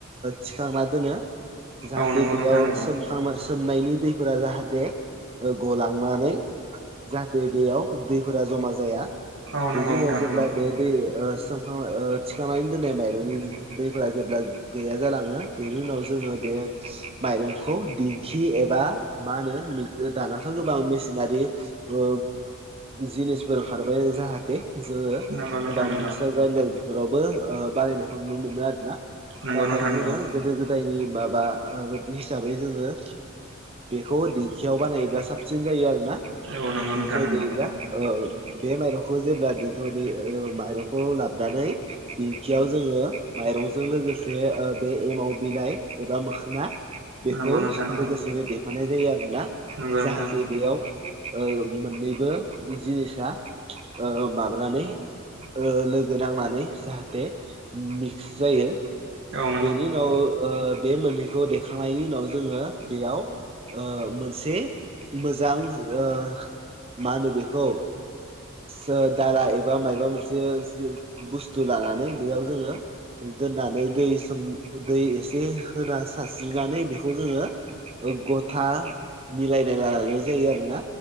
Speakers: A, on the right (about 30°); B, on the right (about 60°).
A: थिखांना दोनो जाहाथे
B: औ नंगौ
A: बेयाव
B: नोंथां नंगौ
A: सोम सोमनायनि दैफोरा जाहाथे ओ गलांनानै जाहाथे बेयाव दैफोरा जमा जाया
B: औ
A: बेनि
B: नंगौ नोंथां
A: उनाव जेब्ला
B: नंगौ
A: बे दै ओ सोमखांबाय ओ थिखांनानै दोननाय माइरंनि दैफोरा जेब्ला गैया जालाङो बेनि उनाव जोङो बे खौ माइरंखौ दिंखि एबा मा होनो दानाथ' गोबां मेसिनारि ओ जिनिसफोर ओखारबाय जाहाथे जोङो
B: नंगौ नोंथां
A: गोबां
B: नंगौ
A: मिक्सार ग्राइडार बेफोरावबो बानायनायखौ नुनो मोनो आरो ना
B: नंगौ
A: नाथाय
B: नोंथां
A: जोङो
B: नंगौ
A: गोदो गोदायनि माबा ओ हिसाबै जोङो बेखौ दिंखियाव बानायोबा साबसिन जायो आरो ना
B: औ नंगौ
A: दिंखियाव
B: नोंथां नंगौ
A: देयोब्ला औ बे माइरंखौ जेब्ला दिंखियाव देयो ओ माइरंखौ लाबनानै दिंखियाव जोङो माइरंजों लोगोसे ओ बे एमाव बिलाइ एबा मोखोना बेखौ
B: नंगौ नोंथां नंगौ
A: लोगोसेनो देफानाय जायो आरोना
B: नंगौ नोंथां
A: जाहाथे बेयाव ओ मोननैबो जिनिसा ओ माबानानै ओ लोगो नांनानै जाहाथे मिक्स जायो
B: औ
A: बेनि उनाव ओ बे मोननैखौ देखांनायनि उनाव जोङो बेयाव ओ मोनसे मोजां ओ मा होनो बेखौ सो दाला एबा माइबा मोनसे जि बुस्थु लानानै बेआव जोङो दोननानै दै सोम दै एसे होना सारस्रिनानै बेखौ जोङो ओ गथा मिलायलायना लायनाय जायो आरो ना